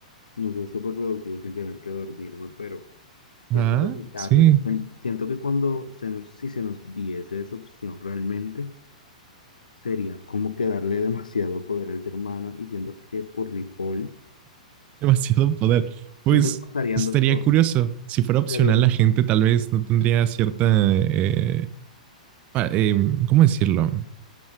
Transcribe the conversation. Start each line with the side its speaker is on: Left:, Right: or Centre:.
Left: no sé, súper productivo sin tener que dormirme, pero... Siento
Right: Ah,
Left: que quitarle,
Right: sí,
Left: sen- siento que cuando se nos- si se nos diese esa opción realmente, sería como que darle <laughs> demasiado poder al ser humano y siento que por default,
Right: <laughs> demasiado poder. Pues
Left: siento que pasarían
Right: estaría
Left: dos cosas.
Right: curioso. Si fuera opcional,
Left: Que dur-
Right: la gente tal vez no tendría cierta, eh, pa- eh, ¿cómo decirlo?